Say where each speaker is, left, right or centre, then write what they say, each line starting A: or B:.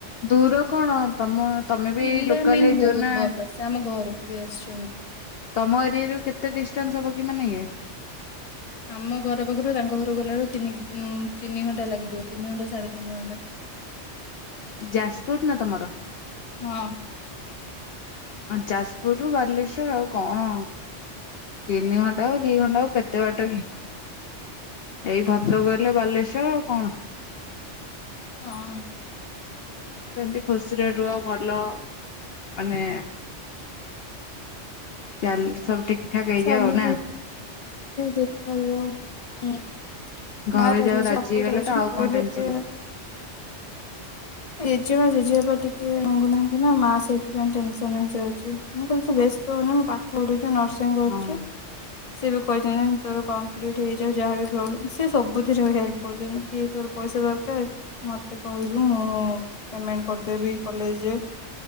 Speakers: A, on the left; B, on the left.
A: ଦୂର କଣ ତମ ତମେ
B: ପିଲା
A: ବି ଲୋକାଲ
B: ମେନ୍
A: ହେଇଥିବ
B: ବହୁତ
A: ନା?
B: ଭଲ ସେ ଆମ ଘରକୁ ବି ଆସିଛନ୍ତି।
A: ତମ ଏରିଆରୁ କେତେ ଡିଷ୍ଟାନ୍ସ ହବ କି ମାନେ ଇଏ?
B: ଆମ ଘର ପାଖରୁ ତାଙ୍କ ଘର ଗଲା ବେଳୁ ତିନି ତିନି ଘଣ୍ଟା ଲାଗିଯିବ ତିନି ଘଣ୍ଟା ସାଢେ ତିନି ଘଣ୍ଟା।
A: ଯାଜପୁରୁର ନା ତମର?
B: ହଁ।
A: ଯାଜପୁରରୁୁ ବାଲେଶ୍ଵର ଆଉ କଣ ତିନି ଘଣ୍ଟା ଆଉ ଦି ଘଣ୍ଟା ଆଉ କେତେ ବାଟକି? ଏଇ ଭଦ୍ରକ ହେଲେ ବାଲେଶ୍ଵର କଣ।
B: ହଁ।
A: ସେମତି ଖସ ସାନ୍ତି ରେ ରୁହ ଭଲ ମାନେ ଚାଲ ସବୁ ଠିକ ଠାକ ହେଇଯାଉ
B: ଶଲି
A: ଆଉ ନା
B: ଦେଖାଯାଉ ହୁଁ।
A: ଘରେ
B: ମାଁ ରାଜୁଛି
A: ଯାଉ ରାଜି
B: ଆପଣ
A: ହେଇଗଲେ
B: ରାଜୁଛ
A: ତ ଆଉ
B: ।
A: କଣ ଟେନସନ
B: ଜେଜେମା ଜେଜେବାପା ପାଇଁ ଟିକେ ମାଗୁନାହାନ୍ତି ନା ମା ସେଇଥିପାଇଁ ଟେନସନ ହେଇଯାଉଛି ମୁଁ କହିଲି ତୁ ବ୍ୟସ୍ତ ହଉନି ମୁଁ ପାଠ ପଢୁଛି। ନର୍ସିଂ କରୁଛି
A: ହଁ
B: ସେ କହିଛନ୍ତି ତୋର କମ୍ପ୍ଲିଟ୍ ହେଇଯାଉ ଯାହାବି ପ୍ରୋବ୍ଲେମ ସ ସବୁଥିରେ ହେଲ୍ପ କରୁଛନ୍ତି କି ତୋର ପଇସା ଦରକାର ମତେ କହିବୁ ମୁଁ ମୁଁ ପେମେଣ୍ଟ କରିଦେବି କଲେଜ